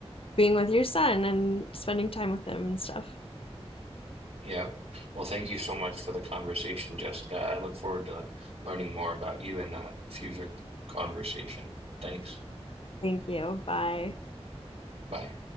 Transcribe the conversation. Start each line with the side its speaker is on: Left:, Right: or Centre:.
Left: being with your son and spending time with him and stuff.
Right: Yep. Well, thank you so much for the conversation, Jessica. I look forward to learning more about you in a future conversation. Thanks.
Left: Thank you. Bye.
Right: Bye.